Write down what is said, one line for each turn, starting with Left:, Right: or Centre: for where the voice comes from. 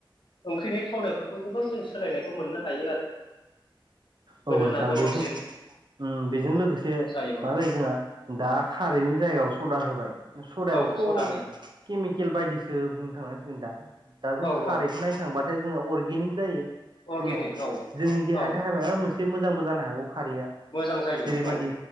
Left: ओंख्रिनि थावनायफोरखौ गोबां जों सोलायनायखौ मोननो हायो आरो
Right: औ
Left: गोदोना
Right: नोंथां
Left: गोथावसिन
Right: बेजों उम बेजों लोगोसे
Left: जायोमोन
Right: मा जायो जोंहा दा खारैनि जायगायाव सदा होबाय सदायावथ'
Left: औ सदा होयो
Right: केमिकेल बायदिसो बुंनो थांनांसिगोन दा दा जों
Left: औ
Right: खारैखौ
Left: औ
Right: नायनो थांबाथाय जोंना अर्गेनिं जायो
Left: अर्गेनिक
Right: जोंना
Left: औ
Right: जोंनि देहानि
Left: औ
Right: थाखाय मायबा मोनसे मोजांबो जानो हागौ खारैया
Left: मोजां जायो
Right: जेरैबायदि
Left: औ